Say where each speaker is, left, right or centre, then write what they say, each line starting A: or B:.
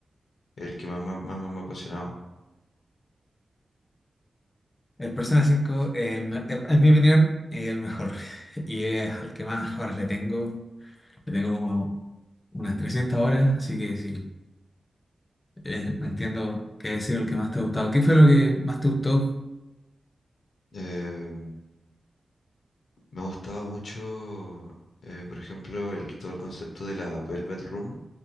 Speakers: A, on the left; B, on the left.
A: es el que más, me más, más me ha apasionado.
B: El Persona 5, el me- el- en mi opinión, es el mejor. <laughs> Y es al que más horas le tengo. Le tengo como unas 300 horas, así que sí, eh, entiendo que ha sido el que más te ha gustado. ¿Qué fue lo que más te gustó?
A: Eh, me ha gustado mucho, eh, por ejemplo, el, todo el concepto de la Velvet Room,